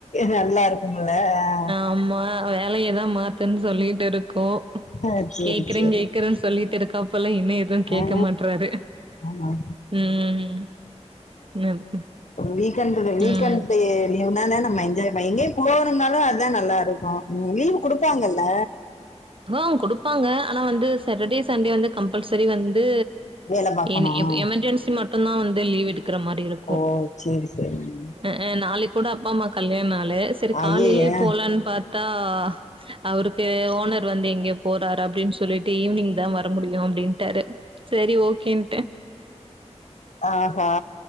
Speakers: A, on the left; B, on the right.
A: நல்லா இருக்கும்ல அ
B: அம்மா வேலையதா மாத்துன் சொல்லிட் இருக்கோ
A: ஆ சேரி
B: கேக்ற
A: சேரி
B: கேக்ற சொல்லிட்டு இருக்காப்பல இன்னு எது கேக்க
A: ஆ
B: மாட்றாரு
A: ஆமா
B: ம் ம்
A: வீக்கெண்ட்ல வீக்கெண்ட்
B: ம்.
A: லீவ்னா நம்ம என்ஜாய் பண்ண எங்கெயு போறந்தாலு அதா நல்லாருக்கு லீவ் குடுப்பாங்கல்ல
B: ஹா குடுப்பாங்க ஆனா வந்து சாட்டர்டே சண்டே வந்து கம்பல்சரி வந்து
A: வேலை பாக்கணும்
B: என் எ எமர்ஜென்சி மட்டுந்தா வந்து லீவ் எடுக்ற மாரி இருக்
A: ஓ சரி சரிங்
B: அ அ நாளைக் கூட அப்பா அம்மாக் கல்யாண நாளு சரி
A: ஐயய்ய
B: காலைலயே போலான் பாத்தா அவருக்கு ஓனர் வந்து எங்கெயோ போறாரு அப்படின் சொல்லிட்டு ஈவ்னிங்தா வர முடியு அப்டின்ட்டாரு சரி ஓகேன்ட்ட
A: ஆஹா